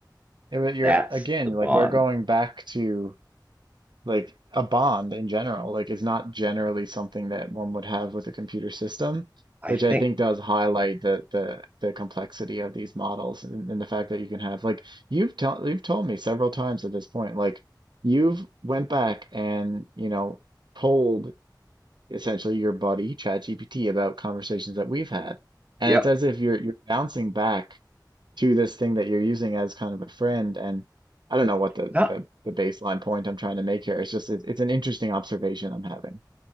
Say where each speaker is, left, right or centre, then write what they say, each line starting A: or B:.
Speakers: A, on the right; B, on the right.
A: It would- you're
B: That's
A: again,
B: the bond.
A: like we're going back to like a bond in general. Like it's not generally something that one would have with a computer system,
B: I
A: which
B: think,
A: I think does highlight the the the complexity of these models and, and the fact that you can have like you've told you've told me several times at this point, like you've went back and you know polled essentially your buddy, ChatGPT, about conversations that we've had. And
B: yep.
A: it's as if you're you're bouncing back to this thing that you're using as kind of a friend. And I don't know what the
B: No,
A: the, the baseline point I'm trying to make here. It's just it's, it's an interesting observation I'm having.